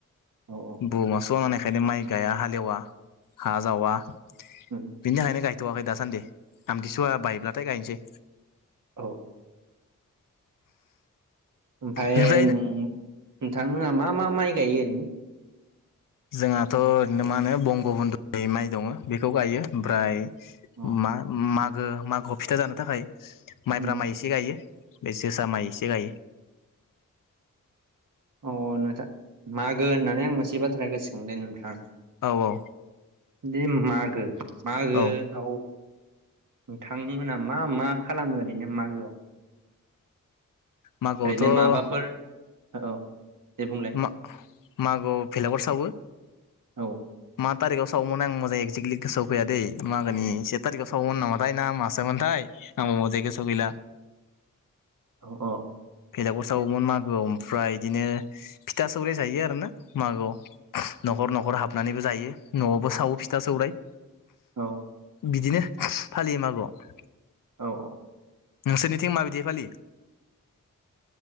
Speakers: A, on the right (about 65°); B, on the left (about 75°).
A: औ औ
B: बुहुमा सुवा माने बेखायनो माइ गाया हालेवा हा जावा बिनि
A: उम
B: थाखायनो गाय गायथ'वाखै दासान्दि आमथिसुवा बायोब्लाथाय गायनोसै
A: औ ओमफाय
B: बेनिफ्राय
A: नों नोंथांमोना मा मा माइ गायो ओरैनो?
B: जोंहाथ' ओरैनो मा होनो बंग बंधु माइ दङ बेखौ गायो ओमफ्राय
A: अ
B: मा माग गो मागोआव फिथा जानो थाखाय माइब्रा
A: उम
B: माइ एसे गायो। बे जोसा माइ एसे गायो।
A: औ नो मागो होननानै आं मोनसे बाथ्राया गोसोखांदों नोंथां।
B: औ औ
A: बेे मागो मागो
B: औ
A: आव नोंथांमोना मा मा खालामो ओरैनो मागोआव
B: मागोआवथ'
A: ओरैनो माबाफोर औ औ। दे बुंलाय
B: मा मागोआव भेलागुर सावो
A: औ
B: मा तारिक आव सावमोन आं मोजां एक्जेकलि गोसोआव फैया दै मागोनि से थारिखआव सावोमोन नामाथाय ना मासोमोनथाय आंबो मोजांयै गोसोआव गैला।
A: अह अ।
B: बेलागुर सावोमोन मागोआव ओमफ्राय इदिनो फिथा सौराइ जायो आरो ना मागोआव न'खर न'खर हाबनानैबो जायो न'आवबो सावो फिथा सौराय।
A: औ
B: बिदिनो फालियो मागोआव
A: औ औ।
B: नोंसोरनिथिं मा बादि फालियो?